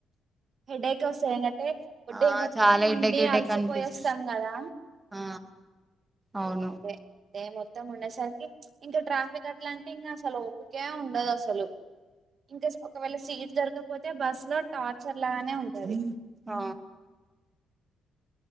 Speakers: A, on the right; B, on the right.
A: హెడేక్ వస్తాయి ఎకంటే ఒ
B: ఆ
A: డే మొత్తం
B: చాలా హెడేక్
A: ఉండి
B: హెడేక్
A: అలసిపోయి
B: అనిపిస్
A: వస్తాం కదా
B: ఆ అవును
A: అదే డే మొత్తం ఉండేసరికి ఇంకా ట్రాఫిక్ అట్లా అంటే ఇంకా అసలు ఓపికే ఉండదు అసలు ఇన్ కేసు ఒకవేళ సీట్ దొరకపోతే బస్ లో టార్చర్ లాగానే ఉంటది సరి
B: ఆ